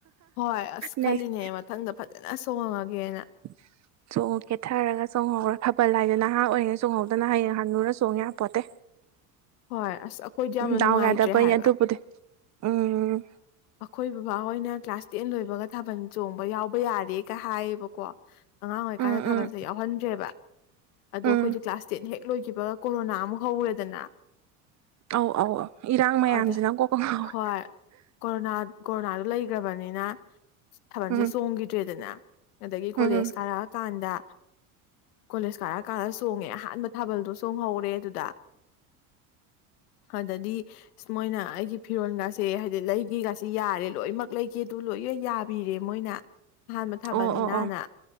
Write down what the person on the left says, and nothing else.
ꯍꯣꯏ ꯑꯁ
ꯈꯜꯂꯤꯅꯦ ꯃꯊꯪꯗ ꯐꯖꯅ ꯆꯣꯡꯉꯒꯦꯅ
ꯍꯣꯏ ꯑꯁ ꯑꯩꯈꯣꯏꯗꯤ ꯌꯥꯝꯅ
ꯅꯨꯡꯉꯥꯏꯇ꯭ꯔꯦ
ꯍꯥꯏꯕ
ꯑꯩꯈꯣꯏ ꯕꯕꯥ ꯍꯣꯏꯅ ꯀ꯭ꯂꯥꯁ ꯇꯦꯟ ꯂꯣꯏꯕꯒ ꯊꯥꯕꯜ ꯆꯣꯡꯕ ꯌꯥꯎꯕ ꯌꯥꯔꯦꯒ ꯍꯥꯏꯌꯦꯕꯀꯣ ꯑꯉꯥꯡ ꯑꯣꯏꯔꯤꯀꯥꯟꯗ
ꯊꯥꯕꯜꯁꯦ
ꯌꯥꯎꯍꯟꯗ꯭ꯔꯦꯕ ꯑꯗꯣ
ꯑꯩꯈꯣꯏꯗꯤ ꯀ꯭ꯂꯥꯁ ꯇꯦꯟ ꯍꯦꯛ ꯂꯣꯏꯈꯤꯕꯒ ꯀꯣꯔꯣꯅꯥ ꯑꯃꯨꯛ ꯍꯧꯔꯦꯗꯦꯅ
ꯑꯗ
ꯍꯣꯏ ꯀꯣꯔꯣꯅꯥ ꯀꯣꯔꯣꯅꯥꯗꯨ ꯂꯩꯈ꯭ꯔꯕꯅꯤꯅ ꯊꯥꯕꯜꯁꯦ
ꯆꯣꯡꯈꯤꯗ꯭ꯔꯦꯗꯅ ꯑꯗꯒꯤ
ꯀꯣꯂꯦꯖ ꯀꯥꯔꯛꯑꯀꯥꯟꯗ ꯀꯣꯂꯦꯖ ꯀꯥꯔꯛꯑꯀꯥꯟꯗ ꯆꯣꯡꯉꯦ ꯑꯍꯥꯟꯕ ꯊꯥꯕꯜꯗꯣ ꯆꯣꯡꯍꯧꯔꯦ ꯑꯗꯨꯗ ꯑꯗꯗꯤ ꯃꯣꯏꯅ ꯑꯩꯒꯤ ꯐꯤꯔꯣꯜꯒꯥꯁꯦ ꯍꯥꯏꯗꯤ ꯂꯩꯒꯦꯒꯁꯤ ꯌꯥꯔꯦ ꯂꯣꯏꯅꯃꯛ ꯂꯩꯒꯦ ꯑꯗꯨ ꯂꯣꯏꯅ ꯌꯥꯕꯤꯔꯦ ꯃꯣꯏꯅ ꯑꯍꯥꯟꯕ ꯊꯥꯕꯜꯅꯤꯅꯥꯅ